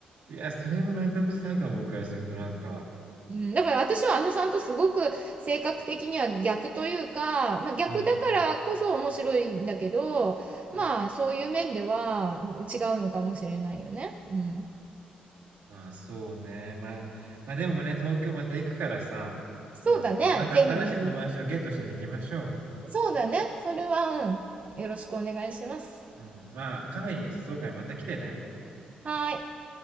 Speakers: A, on the right; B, on the right.
A: いや、それもめんどくさいかも、僕からするとなんか。
B: うん、だから私はあのさんとすごく性格的には逆というか、まあ、逆だからこそ面白いんだけど、
A: うん。うん。
B: まあそういう面では違うのかもしれないよね。うん。
A: まあ、そうね。まあ、ま、でもね、東京また行くからさ、
B: そうだね。
A: うん。また新しい友達をゲットしに行きましょ
B: ぜひぜひ。そうだね。それは、うん。よろしくお願いします。
A: う。うん。まあ、カフェに誘うからまた来てね。
B: はーい。